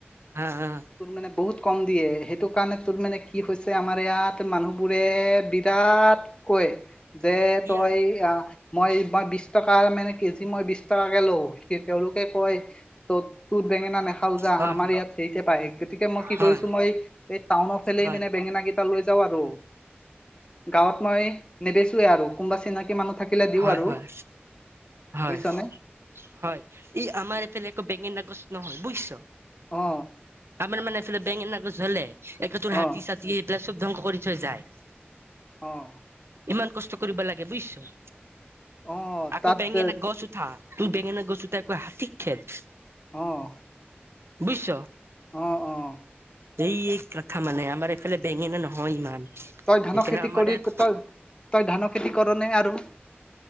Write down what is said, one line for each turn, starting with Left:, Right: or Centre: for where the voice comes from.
Right: আ আ
Left: তোৰ মানে বহুত কম দিয়ে সেইটো কাৰণে তোৰ মানে কি হৈছে আমাৰ ইয়াত মানুহবোৰে বি- ইয়াত কয় যে তই
Right: ইয়া
Left: আ মই মই বিছ টকা মানে কে- জি মই বিছ টাকাকে লও সে তেওঁলোকে কয় ত' তোৰ বেঙেনা নাখাওঁ
Right: অ
Left: যা
Right: হয়
Left: আমাৰ
Right: হয়
Left: ইয়াত সেৰিতে পায় গতিকে মই কি
Right: হয়,
Left: কৰিছো মই এই টাউনৰ ফেলেই
Right: হয়,
Left: মানে বেঙেনা কি- তা লৈ যাওঁ আৰু গাঁৱত মই নেবেচোৱে আৰু কোনোবা চিনা- কি মানুহ থাকিলে দিওঁ
Right: হয়,
Left: আৰু।
Right: হয়, হয়
Left: বুজিছানে
Right: হয় ই আমাৰ এইফালে আকৌ বেঙেনা গছ নহয় বুইছ।
Left: অ
Right: আমাৰ মানে এইফালে বেঙেনাগছ হ'লে এক তোৰ
Left: অ
Right: হাতী চাতি সেইবিলাক চব ধ্বংস কৰি থৈ যায়।
Left: অহ
Right: ইমান কষ্ট কৰিব লাগে বুজিছ?
Left: অ'। তাত
Right: আকৌ বেঙেনা গছ উঠা, তোৰ বেঙেনা গছ আকৌ হাতীক খেদ।
Left: অ'।
Right: বুইছ?
Left: অ', অ'।
Right: এই এক কখা মানে আমাৰ এইফালে বেঙেনা নহয় ইমান।
Left: তই ধানৰ
Right: সেইকাৰণে
Left: খেতি
Right: আমাৰ
Left: কৰি
Right: ইয়াত
Left: তই, তই ধানৰ খেতি কৰনে আৰু?